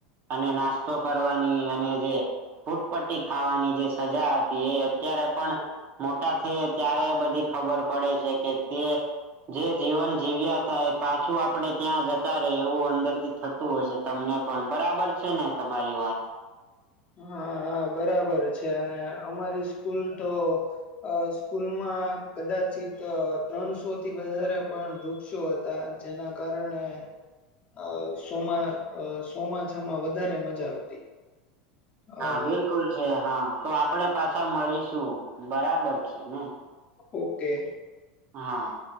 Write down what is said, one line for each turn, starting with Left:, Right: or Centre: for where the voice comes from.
Right: અને નાસ્તો કરવાની, અને જે ફૂટપટ્ટી ખાવાની જે સજા હતી એ અત્યારે પણ મોટા થયે ત્યારે બધી ખબર પડે છે કે તે જે જીવન જીવ્યા તા એ પાછું આપડે ત્યાં જતા રહીએ એવું અંદરથી થત તું હશે તમને પણ. બરાબર છે ને તમારી વાત?
Left: હા, હા બરાબર છે. અને અમારી સ્કૂલ તો અહ સ્કૂલમાં કદાચિત ત્રણસોથી વધારે પણ વૃક્ષો હતા. જેના કારણે અહ સોમાં સોમાછામાં વધારે મજા આવતી.
Right: હા
Left: અ
Right: બિલકુલ છે હા. તો આપડે પાછા મળીશું. બરાબર છે ને?
Left: ઓકે.
Right: હા.